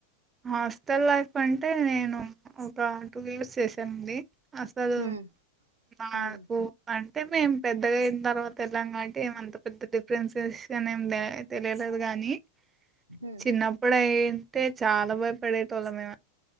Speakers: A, on the right; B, on the right.
A: హాస్టల్ లైఫ్ అంటే నేను ఒక టూ ఇయర్స్ చేశానండి అసలు
B: ఉమ్
A: మాకు
B: ఉమ్
A: అ మేం పెద్దగా అయిన తర్వాత ఎళ్ళాం కాబటి ఏం అంత పెద్ద డిఫరెన్స్సెషన్ ఏం దెలె తెలియలేదు గానీ
B: ఉమ్
A: చిన్నప్పుడు అయితే చాలా భ పడే టోల్లం మేమే